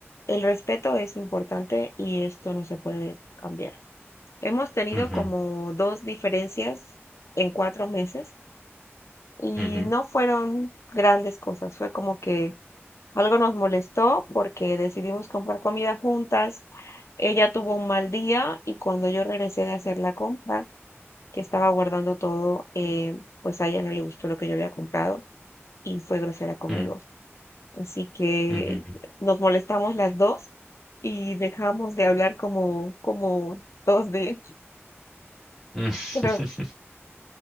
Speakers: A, on the left (about 80°); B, in the centre.
A: el respeto es importante y esto no se puede cambiar. Hemos tenido
B: ujú,
A: como dos diferencias en cuatro meses Y
B: ujú,
A: no fueron grandes cosas, fue como que algo nos molestó porque decidimos comprar comida juntas. Ella tuvo un mal día y cuando yo regresé de hacer la compra, que estaba guardando todo, eh, pues a ella no le gustó lo que yo había comprado y fue grosera conmigo.
B: mm,
A: Así que
B: ujú,
A: nos molestamos las dos y dejamos de hablar como, como dos días.
B: mm. <laughs>
A: <laughs> Pero